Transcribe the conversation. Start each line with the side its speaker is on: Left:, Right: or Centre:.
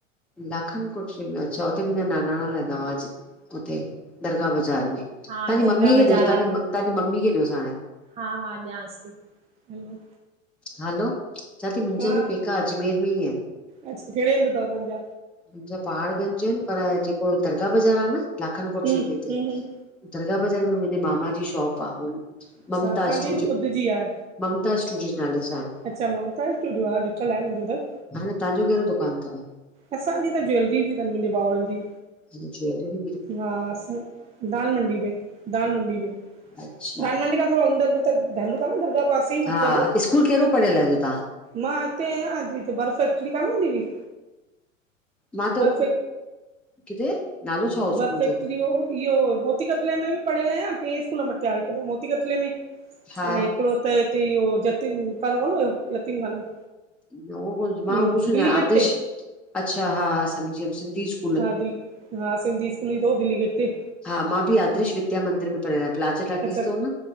Centre: लाखन कोठरी में, अच्छा होते मुहिंजा नानाणा रहंदा हुआ, जु हुते दरगाह बाज़ार में, तव्हांजी
Right: हा दरगाह
Centre: मम्मी खेे
Right: बाज़ार
Centre: ॾियोसि, तव्हांजी
Right: लाखन कोटरी
Centre: मम्मी खे ॾियोसि हाणे
Right: हा, हा ञास थी, हलो
Centre: हलो, चां थी मुंहिंजा
Right: हा
Centre: बि पेका अजमेर में ई आहिनि।
Right: अच्छा कहिड़े हंधि अथव तव्हांजा
Centre: मुंहिंजा पहाड़ गंज आहिनि, पर जेको दरगाह बाज़ारि आ न, लाखनि कोठरी
Right: हूं
Centre: जे हुते।
Right: हूं हूं
Centre: दरगाह बाज़ार में मुंहिंजे मामा जी शॉप आ,
Right: अच्छा
Centre: ममता
Right: असांजी
Centre: स्टूडियो
Right: बि ख़ुदि जी आहे।
Centre: ममता स्टूडियो नाले सां आहे।
Right: अच्छा ममता स्टूडियो, हा ॾिठल आहे मुंहिंजो त
Centre: भेण तव्हांजो कहिड़ो दुकान थव?
Right: असांजी त ज्वैेलरी जी तनि, मुंहिंजे भाउरनि जी।
Centre: जो ज्वैलरी
Right: हा असां, दाल मंडी में, दाल मंडी में।
Centre: अच्छा।
Right: दालु मंडी खां थोरा अंदर मतलभु <unintelligible> आ न, दरगा पासे ई मतिलब
Centre: हा स्कूल कहिड़ो पढ़ियल आहियो तव्हां?
Right: मां हिते आहियां अॼु हिते बर्फ फैक्ट्री कान्ह हूंदी हुई।
Centre: मां तो,
Right: बर
Centre: किथे? नालो छा हो
Right: बरफ
Centre: स्कूल
Right: फैक्ट्री
Centre: जो?
Right: हो इहो मोती कतले में बि पढ़ियल आहियां, टे स्कूल मटेया हिक त मोती कतले में ऐ
Centre: हा
Right: हिकिड़ो त हिते यो जतिन खानो कोनु हुयो यतीम खानो
Centre: <unintelligible> मां
Right: इहो
Centre: हूं सुञाणा
Right: दिल्ली
Centre: आर्दिश,
Right: गेट ते
Centre: अच्छा हा, हा समझी वियम सिंधी स्कु
Right: हा दिल, हा सिंधी स्कूल ई हो दिल्ली गेट ते
Centre: हा मां ॿि आदरिश विद्या मंदिर में पढ़ियल आहियां प्लाज़ो टाकीस
Right: अच्छा
Centre: तव न